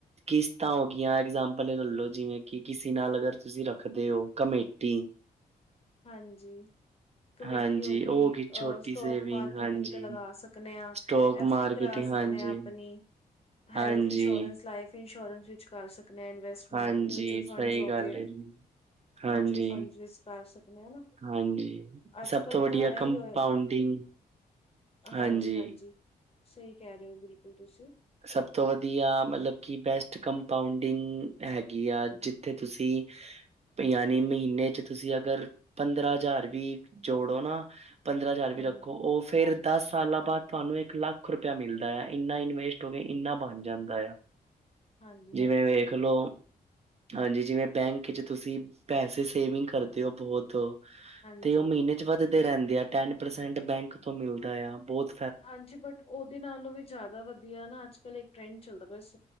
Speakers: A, on the right; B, on the left.
A: ਕਿਸ਼ਤਾਂ ਹੋਗਆਂ ਐਗਜਾਪਲ ਲੈਲੋ ਜਿਵੇਂ ਕਿ ਕਿਸੇ ਨਾਲ ਅਗਰ ਤੁਸੀਂ ਰੱਖਦੇ ਓ ਕਮੇਟੀ
B: ਹਾਂਜੀ। ਕਮੇਟੀ
A: ਹਾਂਜੀ,
B: ਹੋ ਗੀ
A: ਉਹ
B: ਅ
A: ਗਈ ਛੋਟੀ
B: ਸਟੋਕ
A: ਸੇਵਿੰਗ
B: ਮਾਰਕੀਟਿੰਗ
A: ਹਾਂਜੀ।
B: ਤੇ ਲਗਾ ਸਕਦੇ ਹਾਂ।
A: ਸਟੋਕ
B: ਐਫ
A: ਮਾਰਕੀਟਿੰਗ
B: ਡੀ ਕਰਾ ਸਕਦੇ
A: ਹਾਂਜੀ।
B: ਆ ਆਪਣੀ ਹੈਲਥ
A: ਹਾਂਜੀ,
B: ਇੰਸ਼ੋਰੈਂਸ ਲਾਈਫ ਇੰਸ਼ੋਰੈਂਸ ਵਿੱਚ ਕਰ ਸਕਦੇ ਹਾਂ ਇਨਵੈਸਟ
A: ਹਾਂਜੀ
B: ਮਿਊਚਲ
A: ਸਹੀ
B: ਫੰਡ ਹੋਗੇ
A: ਗੱਲ ਹੈ ਜੀ।
B: ਮਿਊਚਲ
A: ਹਾਂਜੀ,
B: ਫੰਡ ਕਰ ਨਾ
A: ਹਾਂਜੀ
B: ਅੱਜਕੱਲ
A: ਸਭ ਤੋਂ ਵਧੀਆ
B: ਤਾਂ ਐਹੀ
A: ਕੰਪਾਊਂਡਿੰਗ
B: ਹੋਏ। ਹਾਂਜੀ-ਹਾਂਜੀ
A: ਹਾਂਜੀ,
B: ਸਈ ਕੈ ਰਹੇ ਓ ਬਿਲਕੁਲ ਤੁਸੀਂ
A: ਸਭ ਤੋਂ ਵਧੀਆ ਮਤਲਬ ਕਿ ਬੈਸਟ ਕੰਪਾਊਂਡਿੰਗ ਹੈਗੀ ਆ ਜਿੱਥੇ ਤੁਸੀਂ ਜਾਨੀ ਚ ਮਹੀਨੇ ਚ ਤੁਸੀਂ ਅਗਰ ਪੰਦਰਾਂ ਹਜ਼ਾਰ ਵੀ ਜੋੜੋ ਨਾ। ਪੰਦਰਾਂ ਹਜ਼ਾਰ ਵੀ
B: ਹਾਂਜੀ
A: ਰੱਖੋ ਓ ਫੇਰ ਦਸ ਸਾਲਾਂ ਬਾਅਦ ਤੁਆਨੂੰ ਇੱਕ ਲੱਖ ਰੁਪਇਆ ਮਿਲਦਾ ਆ ਇੰਨਾ ਇਨਵੇਸਟ ਏਨਾ ਬਣ ਜਾਂਦਾ ਆ
B: ਹਾਂਜੀ
A: ਜਿਵੇਂ
B: ਹਾਂਜੀ
A: ਵੇਖਲੋ। ਹਾਂਜੀ, ਜਿਵੇਂ ਬੈਂਕ ਚ ਤੁਸੀਂ ਪੈਸੇ ਸੇਵਿੰਗ ਕਰਦੇ ਹੋ ਬੋਤ
B: ਹਾਂਜੀ
A: ਤੇਓ ਮੀਨੇ ਚ ਵੱਧਦੇ ਰੈਂਦੇ ਆ ਟੈਨ ਪਰਸੈਂਟ ਬੈਂਕ ਤੋਂ ਮਿਲਦਾ ਆ ਬੋਤ।
B: ਹਾਂਜੀ, ਬਟ ਓਦੇ ਨਾਲੋਂ ਵੀ ਜ਼ਿਆਦਾ ਵਧੀਆ ਨਾ ਅੱਜਕੱਲ੍ਹ ਇੱਕ ਟਰੈਂਡ ਚੱਲਦਾ ਬਸ